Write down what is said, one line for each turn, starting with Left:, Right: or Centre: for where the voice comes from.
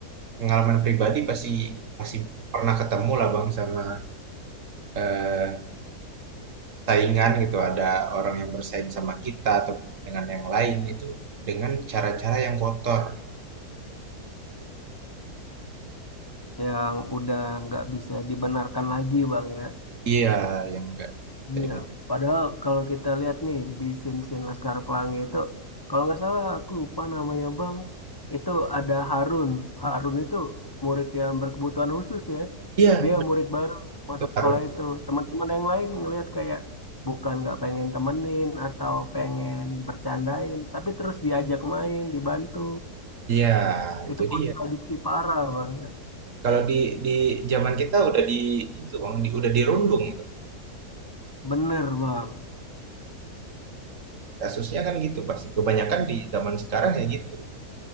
Right: pengalaman pribadi pasti pasti pernah ketemu lah Bang sama eh, saingan gitu. Ada orang yang bersaing sama kita ataupun dengan yang lain itu dengan cara-cara yang kotor.
Left: Yang udah nggak bisa dibenarkan lagi Bang ya.
Right: Iya, yang nggak bisa
Left: Iya,
Right: dibilang.
Left: padahal kalau kita lihat nih di scene-scene Laskar Pelangi itu, kalau nggak salah aku lupa namanya Bang, itu ada Harun. Harun itu murid yang berkebutuhan khusus ya.
Right: Iya,
Left: Dia murid baru masuk
Right: itu harus.
Left: sekolah itu. Teman-teman yang lain ngelihat kayak bukan nggak pengen temenin atau pengen bercandain, tapi terus diajak main, dibantu.
Right: Iya, itu
Left: Itu kontradiksi
Right: dia.
Left: parah Bang.
Right: Kalau di di zaman kita udah di itu Bang, di, udah dirundung
Left: Bener Bang,
Right: Kasusnya kan gitu pasti. Kebanyakan di zaman sekarang ya gitu.